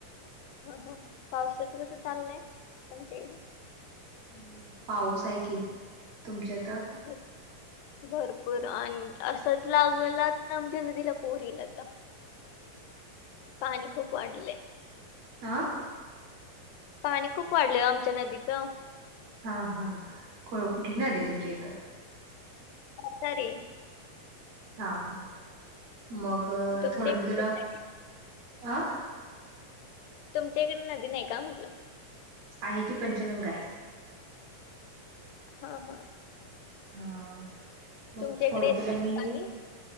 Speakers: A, on the left (about 85°); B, on the right (about 70°).
A: ह, हो, पावसाचं
B: हम्म.
A: कसं चाललंय तूमच्या इकडे?
B: हम्, पाऊस आहे की, तुमच्या इथं?
A: <unintelligible> भरपूर आणि असंच लागला तर आमच्या नदीला पुर येईल आता.
B: <inaudible>
A: पाणी खूप वाढलंय.
B: हा.
A: पाणी खूप वाढलय आमच्या नदीचं.
B: हा, हा कुठली नदी हाय तुमच्या इथं?
A: करत र <unintelligible>
B: हा हा मग
A: तुमच्या
B: थोडं
A: इकडे
B: मी तुला
A: येत नाही का?
B: अ,
A: तुमच्या इकडे नदी नाही का म्हटलं?
B: आहे की पंचगंगा आहे.
A: हा हा
B: हा मग
A: तुमच्या
B: थोडं
A: इकडे येत
B: तुला
A: नाही
B: मी.
A: पाणी